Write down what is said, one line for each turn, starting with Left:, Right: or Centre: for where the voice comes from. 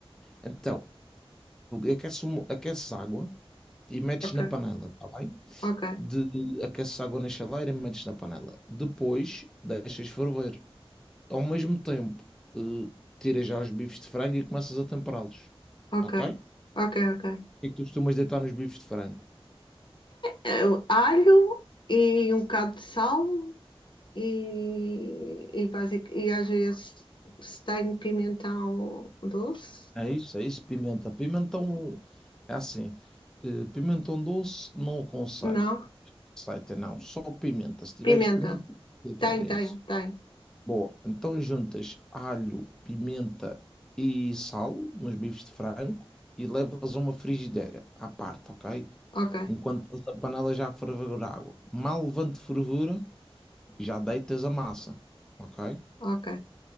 Centre: Então, aquece, uma- aquece água e metes
Left: ok,
Centre: na panela, tá bem?
Left: ok,
Centre: De, aqueces água na chaleira e metes na panela. Depois, deixas ferver. Ao mesmo tempo, eh, tiras já os bifes de frango e começas a temperá-los,
Left: ok,
Centre: ok? O
Left: ok, ok.
Centre: que é que tu costumas deitar nos bifes de frango?
Left: Eh, Alho e um bocado de sal e, e, basic, e às vezes se tem pimentão doce?
Centre: É isso, é isso, pimenta. Pimentão é assim, eh, pimentão doce não aconselho.
Left: Não?
Centre: Receita não, só pimenta. Se tiveres
Left: Pimenta.
Centre: pimenta, deitar
Left: Tem,
Centre: é
Left: tem,
Centre: isso.
Left: tem.
Centre: Bom, então juntas alho, pimenta e sal nos bifes de frango e levas a uma frigideira à parte, ok?
Left: Ok,
Centre: Enquanto estás a panela já a ferver água. Mal levante fervura, já deitas a massa, ok?
Left: ok.